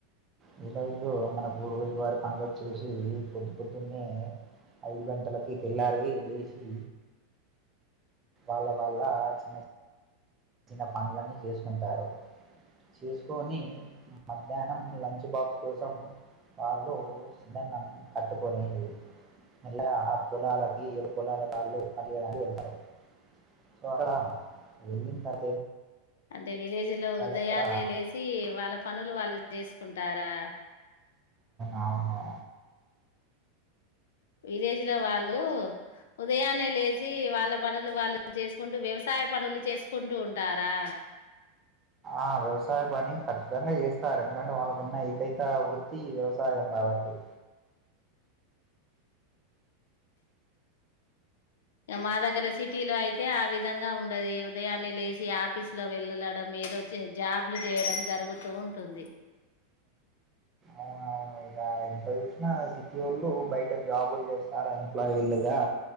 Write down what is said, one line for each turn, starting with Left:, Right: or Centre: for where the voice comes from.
Right: విలేజ్ లో మనకు రోజు వారి పనుల వచ్చేసి పొద్దు పొద్దున్నే ఐదు గంటలకి తెల్లారి లేసి వాళ్ళ వాళ్ల్ళ చిన్న చిన్న చిన్న పనులన్నీ చేసుకుంటారు చేసుకొని మధ్యాహ్నం లంచ్ బాక్స్ కోసం వాళ్ళు సద్దన్నం కట్టుకునేది మల్ల ఆ పొలాలకి ఏ పొలాలకి వాళ్ళు పని చేయడానికి వెళ్తారు సో అక్కడ వెళ్ళిన తరూ
Left: అంటే విలేజ్ లో ఉదయాన్నే
Right: అక్కడ
Left: లేచి వాళ్ళ పనులు వాళ్ళ చే చేసుకుంటారా
Right: అవునవును
Left: విలేజ్ లో వాళ్ళు ఉదయాన్నే లేచి వాళ్ళ పనులు వాళ్ళు చేసుకుంటూ వ్యవసాయ పనులు చేసుకుంటూ ఉంటారా
Right: ఆ వ్యవసాయ పని ఖచ్చితంగా చేస్తారు ఎందుకంటే వాళ్ళకున్న ఏకైక వృత్తి వ్యవసా సాయం కాబట్టి
Left: మా దగ్గర సిటీ లో అయితే ఆ విధంగా ఉండది ఉదయాన్నే లేసి ఆఫీస్ లో వెళ్ళడం ఏదోచ్చి జాబ్లు చేయడం జరుగుతూ ఉంటుంది
Right: అవునవును ఎంత చూసినా సిటీ వాళ్ళు బయట జాబులు చేస్తారు ఎంప్లాయిలుగా,